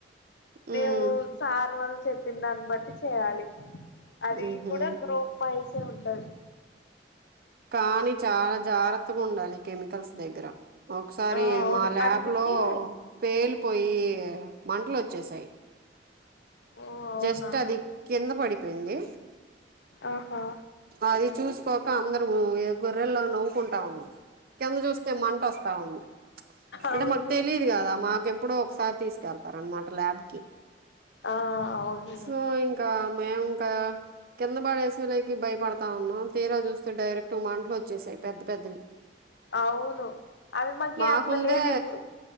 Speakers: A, on the left; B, on the right.
A: మేము
B: ఉమ్
A: సార్ వాల్ చెప్పిన దాన్ని బట్టి చేయాలి అది
B: ఉహు
A: కూడా గ్రూప్ వైసే ఉంటది
B: కానీ చాలా జాగ్రత్తగ ఉండాలి కెమికల్స్ దగ్గర ఒకసారి
A: ఆ అవును
B: మా ల్యాబ్
A: అందుకే
B: లో పేలి పోయి మంటలొచ్చేసాయి
A: ఓ అవునా
B: జస్ట్ అది కింద పడిపోయింది
A: ఆహా
B: అది చూసుకోక అందరమూ ఇగ గొర్రెల్లా నవ్వుకుంటా ఉన్నం కింద చూస్తే మంట వస్తా ఉంది అంటే
A: అవును
B: మాకు తెలీదు గదా మాకెప్ ప్పుడో ఒకసారి తీసుకెళ్తారనమాట ల్యాబ్ కి
A: ఆ అవును
B: సో ఇం కా మేము ఇంక కింద పడేసేలేకి భయపడతా ఉన్నాం తీరా చూస్ తె డైరెక్ట్ మాంటలొచ్చేసాయి పెద్ద పెద్దవి
A: అవును అవి మాకి
B: మాకుందే
A: అట్ల లేదు ఇప్పుడు